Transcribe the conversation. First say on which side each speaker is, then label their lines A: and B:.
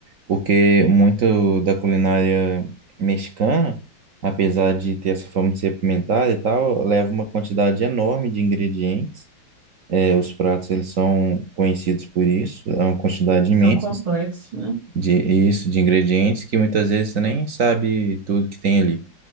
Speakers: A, on the right; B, on the right.
A: porque muito da culinária mexicana, apesar de ter essa forma de ser apimentada e tal, leva uma quantidade enorme de ingredientes. É, os pratos eles são conhecidos por isso, é uma quantidade
B: São
A: imensa
B: complexos,
A: assim,
B: né?
A: de isso, de ingredientes que muitas vezes você nem sabe tudo que tem ali.